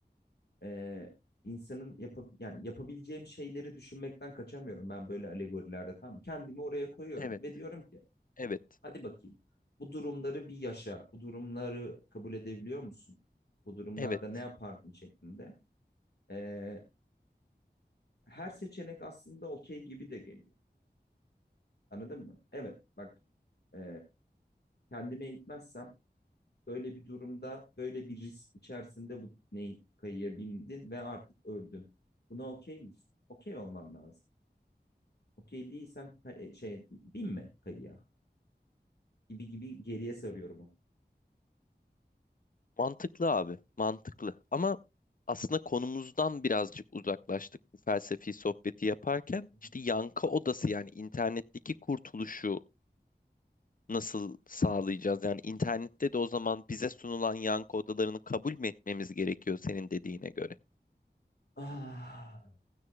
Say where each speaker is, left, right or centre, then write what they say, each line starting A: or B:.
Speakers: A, on the left; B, on the left.
A: e, insanın yapa, yani yapabileceğim şeyleri düşünmekten kaçamıyorum ben böyle alegorilerde tam. Kendimi oraya koyuyorum
B: evet
A: ve diyorum ki
B: evet
A: hadi bakayım bu durumları bir yaşa, bu durumları kabul edebiliyor musun? Bu durumlarda
B: evet
A: ne yapardın şeklinde. E, her seçenek aslında okey gibi de geliyor. Anladın mı? Evet bak e, kendime eğitmezsem böyle bir durumda böyle bir risk içerisinde bu tekneyi kayıya bindin ve artık öldün. Buna okey misin? Okey olman lazım. Okey değilsem ka- e, şey bin mi kayıya gibi gibi geriye sarıyorum onu.
B: mantıklı abi mantıklı ama aslında konumuzdan birazcık uzaklaştık bu felsefi sohbeti yaparken.
A: Hı hı.
B: İşte yankı odası yani internetteki kurtuluşu nasıl sağlayacağız? Yani internette de o zaman bize sunulan yankı odalarını kabul mü etmemiz gerekiyor senin dediğine göre?
A: Ah,